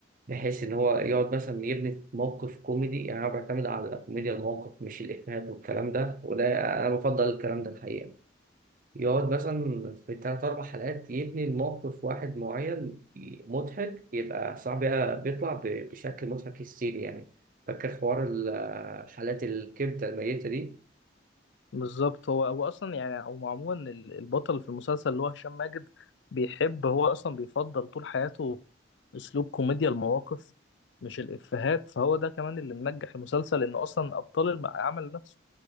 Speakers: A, on the right; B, on the left.
A: بحيث ان هو يقعد مثلا يبني في موقف كوميدي يعني انا بعتمد على كوميديا الموقف مش الافيهات والكلام ده وده انا بفضل الكلام ده الحقيقه يقعد مثلا في تلات أربع حلقات يبني الموقف واحد معين ي- مضحك يبقى صعب بقى بيطلع ب- بشكل مضحك هستيري يعني فاكر حوار ال- حالات الكبدة الميتة دي
B: بالظبط هو هو اصلا يعني هو عموما ال- البطل في المسلسل اللي هو هشام ماجد بيحب هو اصلا بيفضل طول حياته اسلوب كوميديا المواقف مش الافيهات فهو ده كمان اللي منجح المسلسل انه اصلا ابطال العمل نفسه